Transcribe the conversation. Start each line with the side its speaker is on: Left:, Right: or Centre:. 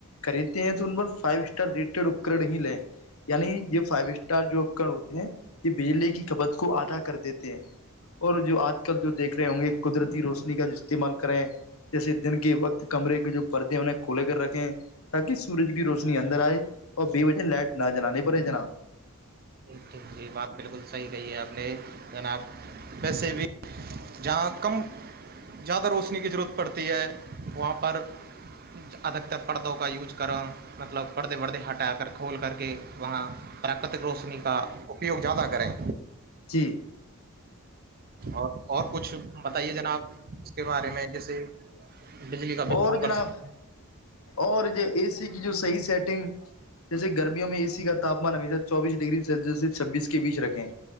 Left: خریدتے ہیں تو ان پر فائیو اسٹار ریٹیڈ اپکر ہی لیں یعنی یہ فائیو اسٹار جو اپکر ہوتے ہیں یہ بجلی کی کپت کو آدھا کر دیتے ہیں اور جو آج کل جو دیکھ رہے ہوں گے قدرتی روشنی کا جو استعمال کریں جیسے دن کے وقت کمرے کے جو پردے ہیں انہیں کھولے کر رکھے تاکہ سورج کی روشنی اندر آئے اور بے وجہ لائٹ نہ جلانانی پڑے جناب
Right: ٹھیک ٹھیک جی بات بالکل صحیح کہی ہے آپ نے جناب پیسے بھی جہاں کم زیادہ روشنی کی ضرورت پڑتی ہے وہاں پر ادھک تر پردوں کا یوج کرو مطلب پردے پردے ہٹا کر کھول کر کے وہاں پراکرتک روشنی کا اپیوگ زیادہ کریں
Left: جی
Right: اور اور کچھ بتائیے جناب اس کے بارے میں جیسے بجلی کا بل
Left: اور
Right: کم
Left: جناب
Right: کر سکتے ہیں
Left: اور یہ اے سی کی جو صحیح سیٹنگ جیسے گرمیوں میں اے سی کا تامان امیشہ چوبیس ڈگری سلسس سے چھبیس کے بیچ رکھیں